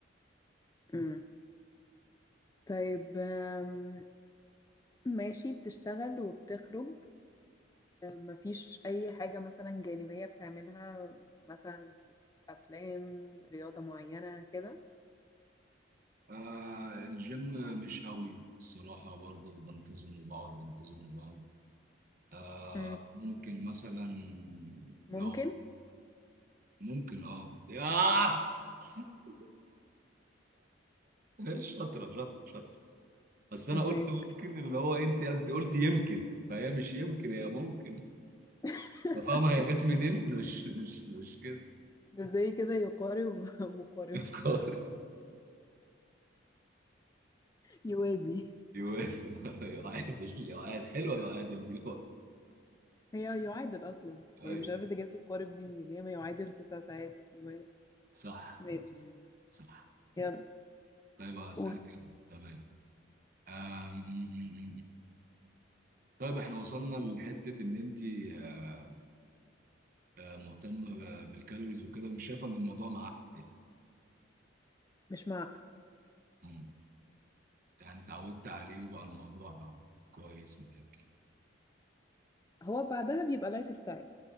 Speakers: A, on the left; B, on the right.
A: مم. طيب آم، ماشي بتشتغل وبتخرج آم، مفيش أي حاجة مثلا جانبية بتعملها مثلا أفلام رياضة معينة كده
B: آه الجيم مش قوي الصراحة برضه بنتظم وبقعد بنتظم وبقعد آه
A: مم.
B: ممكن مثلا
A: ممكن
B: لو ممكن اه ياه <laughs> ايش شاطرة شاطرة شاطرة بس انا
A: ماشي
B: قلت ممكن اللي هو انت انت قلت يمكن فهي مش يمكن هي ممكن
A: <laughs>
B: فاهمة هي جت منين <laughs> مش مش مش كده
A: ده زي كده يقارب <laughs> مقارب
B: يقار
A: يوازي
B: يوازي <laughs> يعادل يعادل حلوة يعادل دي
A: هي يعادل أصلا
B: ايوه
A: يعني مش عارفة انت جبت يقارب دي منين هي ما يعادل تسع ساعات يوا-
B: صح
A: ماشي
B: صح
A: يلا
B: طيب هسألك
A: قول
B: انا تمام آم، طيب احنا وصلنا لحتة ان انت آه، آه، مهتمة ب- بالكالوريز وكده مش شايفة ان الموضوع معاك يعني
A: مش مع
B: مم. يعني اتعودت عليه وبقى الموضوع بقى كويس معاك
A: هو بعدها بيبقى لايف ستايل